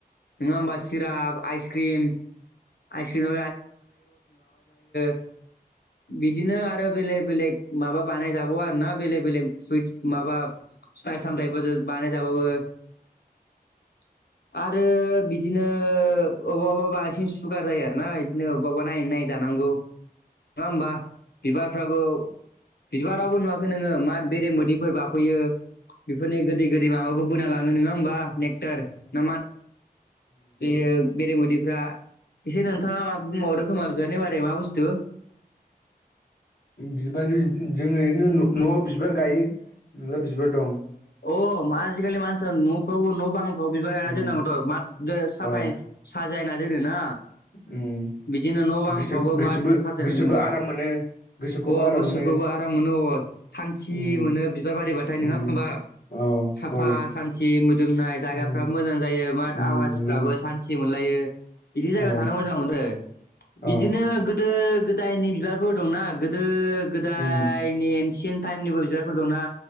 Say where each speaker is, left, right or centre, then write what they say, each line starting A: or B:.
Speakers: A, on the left; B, on the left.
A: नङा हबा चिराप आइसक्रिम आइसक्रिम <unintelligible> बिदिनो आरो बेलेक बेलेक माबा बानायजाबाव आरो ना बेलेक बेलेग फुइस माबा फिथाइ सामथायफोरजों बानायजाबावो <inaudible> आरो बिदिनो अबेबा अबा बांसिन सुगार जायो आरो ना इदिनो अबेबा अबेबा नायै नायै जानांगौ नङा हबा बिबारफ्राबो <inaudible> बिबारावबो नुआखै नोंङो माद बेरे बिदैफोर बाफैयो बेफोरनि गोदै गोदै माबाखौ बोना लांङो नङा होमबा नेक्टार न बेयो बेरेमोदैफ्रा एसे नोंथाङा मा बुंबावदों खोमा बिबारनि बारै मा बुस्थु <inaudible>
B: बिबालै <unintelligible> न आव बिबार गायो
A: अ मा आजि खालि मानसिफोरा न बां बिबार गाइनाय
B: उम
A: दोननांगौथ मास्क साफाय
B: औ
A: साजायना दोनो ना
B: उम
A: बिदिनो न बांफ्रावबो
B: गोसो गोसोबो
A: मा साजायनो
B: गोसोबो
A: नांगौ
B: आराम मोनो गोसोखौबो
A: अ
B: आराम
A: गोसो
B: मोनो
A: बेखौबो आराम मोनो आं सानथि
B: उम
A: मोनो बिबार बारिबाथाय नोंङा
B: उम
A: होमबा
B: औ
A: साफा
B: हय
A: सान्थि मोदोमनाय जायगाफोराबो
B: उम
A: मोजां जायो बाथ
B: उम
A: आवासि
B: नंगौ
A: बि जाया
B: अ
A: थ मोजां मोनदों बिदिनो
B: अ
A: गोदो गोदायनि बिबारफोर दंनाा गोदो गोदाय
B: उम
A: टाइमनिबो बिारफोर दंना